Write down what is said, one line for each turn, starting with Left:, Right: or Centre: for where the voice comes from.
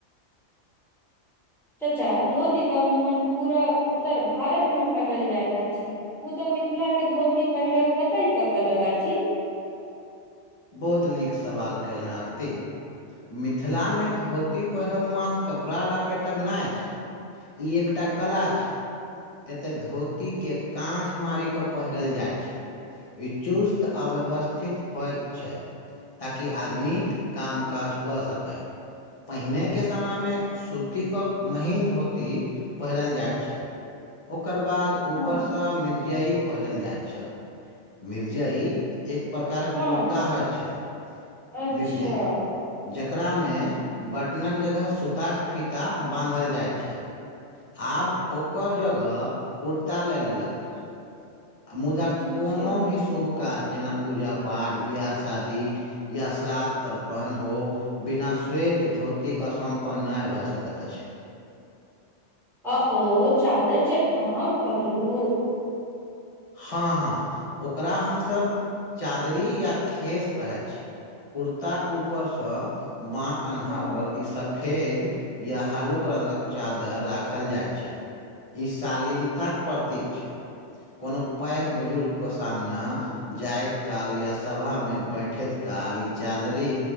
Centre: चच्चा धोती तऽ अमूमन पूरा उत्तर भारत मे पहिरल जाइत अछि। मुदा मिथिलाके धोती पहिरब कतय तक अलग अछि?
Left: बहुत नीक सवाल कयल हेँ आरती। मिथिला मे धोती पहिरब माथ कपड़ा लपेटब नहि अछि। ई एकटा कला छैय। एते धोती के कांछ मारी के पहिरल जाइ छैय। ई चुस्त अब्यवस्थित होइत छैय ताकि आदमी काम काज कऽ सकैय। पहिने के समय में सूती कऽ महीन धोती पहिरल जाइत छल। ओकर बाद ऊपर
Centre: हँ
Left: सँ मिर्जइ पहिरल जाइत छल मिर्जइ। एक प्रकारक
Centre: हँ
Left: कुर्ता होइ छैय
Centre: अच्छा
Left: मिर्जइ। जकरा मे बटनक जगह सुताक फीता बानधल जाइत छैय। आब ओकर जगह कुर्ता ले लेलक। आ मुदा
Centre: अच्छा
Left: कोनो भी शुभ काज जेना पूजा पाठ बियाह शादी या श्राद्ध तर्पण हो बिना श्वेत धोती कऽ सम्पन्न नहि भऽ सकैत अछि।
Centre: आ ओ चादर जे अहाँ कहलहु
Left: हँ हँ हँ ओकरा हमसभ चादरी या खेस पहैत छी। कुर्ता ऊपर सँ बाँ कन्हा
Centre: हँ
Left: पर ई सब फेद या हल्लुक रंगक चादर राखल जाइत छैय। ई शालीनता कऽ प्रतीक छैय। कोनो पैघ बुजुर्ग कऽ सामना जायइत काल या सभामे बैठैत काल ई चाधरी